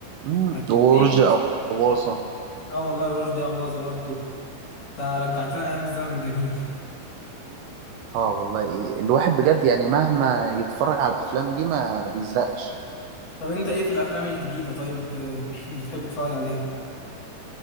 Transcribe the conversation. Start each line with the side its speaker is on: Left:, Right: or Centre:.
Right: مم،
Left: ما كان في
Right: ورشدي اباظه
Left: اه والله رشدي أباظة برضه انت رجعتنا ايام الزمن الجميل
Right: اه والله إيه، الواحد بجد يعني مهما يتفرج على الافلام دي ما بيزهقش
Left: <laughs> طب انت ايه في الافلام الجديدة طيب <coughs> <laughs> بتحب تتفرج عليها